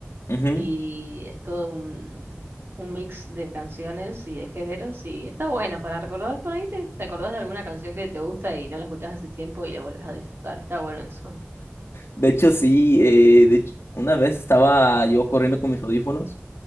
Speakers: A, on the left (about 85°); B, on the right (about 60°).
A: Ujú.
B: y es todo un, un mix de canciones y de géneros y está bueno para recordar por ahí te, te acordás de alguna canción que te gusta y no la escuchás hace tiempo y la vuelves a disfrutar, está bueno eso.
A: De hecho, sí, eh, de hecho, una vez estaba yo corriendo con mis audífonos,